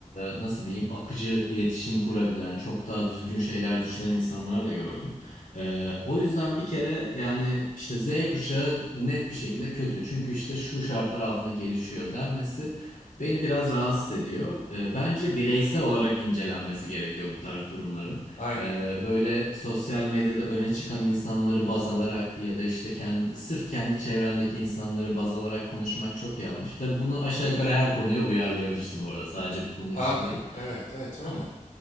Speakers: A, on the left (about 75°); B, on the left (about 60°).
A: nasıl diyeyim akıcı iletişim kurabilen, çok daha düzgün şeyler düşünen insanlar da gördüm. Ee, o yüzden bir kere yani işte Z kuşağı net bir şekilde kötü. Çünkü işte şu şartlar altında gelişiyor denmesi beni biraz rahatsız ediyor. Ee, bence bireysel olarak incelenmesi gerekiyor bu tarz durumların.
B: Aynen.
A: Ee, böyle sosyal medyada öne çıkan insanları baz alarak ya da işte kendi sırf kendi çevrendeki insanları baz alarak konuşmak çok yanlış. Tabii bunu aşağı yukarı her konuya uyarlayabilirsin bu arada. Sadece bu konu
B: Abi
A: için değil.
B: evet evet öyle.
A: Ama